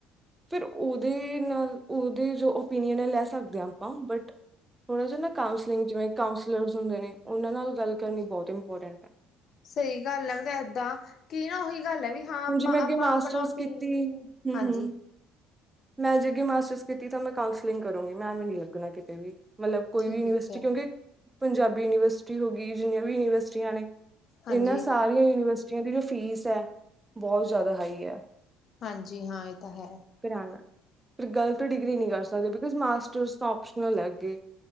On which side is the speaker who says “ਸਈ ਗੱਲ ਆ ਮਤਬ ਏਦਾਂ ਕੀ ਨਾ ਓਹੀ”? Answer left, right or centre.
Left